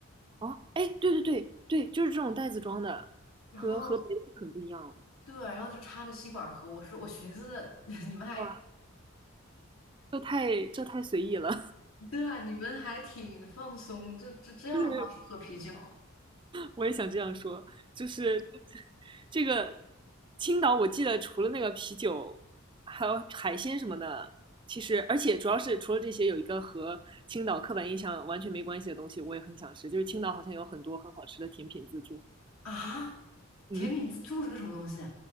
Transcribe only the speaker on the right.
哦，哎，对对对对，就是这种袋子装的，
和和别的很不一样哦。
哇。这太这太随意了，
<laughs> 就是我也想这样说，就是这个青岛，我记得除了那个啤酒，还有海鲜什么的，其实而且主要是除了这些，有一个和青岛刻板印象完全没关系的东西，我也很想吃，就是青岛好像有很多很好吃的甜品自助，
嗯，